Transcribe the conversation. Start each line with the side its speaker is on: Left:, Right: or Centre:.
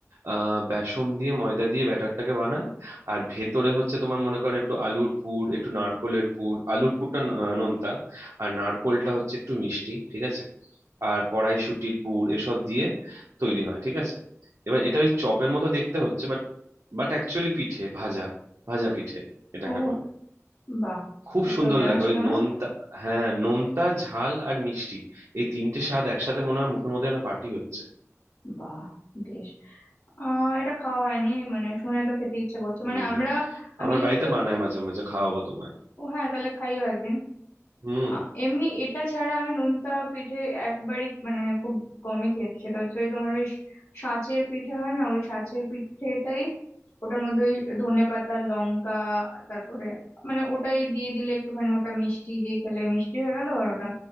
Right: আহ বেসন দিয়ে ময়দা দিয়ে ব্যাটারটাকে বানায় আর ভেতরে হচ্ছে তোমার মনে করো একটু আলুর পুর একটু নারকোলের পুর আলুর পুরটা ন- আহ, নোনতা আর নারকোলটা হচ্ছে একটু মিষ্টি ঠিক আছে আর কড়াইশুঁটির পুর এসব দিয়ে তৈরি হয় ঠিক আছে এবার এটা ওই চপের মতো দেখতে হচ্ছে বাট বাট অ্যাকচুয়ালি পিঠে ভাজা ভাজা পিঠে এটাকে
Left: ও
Right: বলে
Left: বাহ
Right: খুব
Left: এটা
Right: সুন্দর
Left: তো জানা
Right: লাগে
Left: ছিল
Right: ওই নোনতা
Left: না
Right: হ্যাঁ নোনতা ঝাল আর মিষ্টি এই তিনটে স্বাদ একসাথে মনে হয় মুখের মধ্যে যেন পার্টি হচ্ছে
Left: বাহ বেশ আহ এটা খাওয়া হয়নি মানে শুনে তো খেতে ইচ্ছে করছে
Right: হুম
Left: মানে আমরা আমি
Right: আমার
Left: ইউজুয়াল
Right: বাড়িতে বানায় মাঝে মাঝে খাওয়াবো তোমায়
Left: ও হ্যাঁ তাহলে খাইও একদিন
Right: হুম
Left: আ- এমনি এটা ছাড়া আমি নোনতা পিঠে একবারই মানে খুব কমই খেয়েছি সেটা হচ্ছে ওই তোমার ওই সাঁচের পিঠে হয় না ওই সাঁচের পিঠেটাই ওটার মধ্যে ওই ধনে পাতা লঙ্কা তারপরে মানে ওটাই দিয়ে দিলে একটুখানি ওটা মিষ্টি দিয়ে খেলে মিষ্টি হয়ে গেল আর ওটা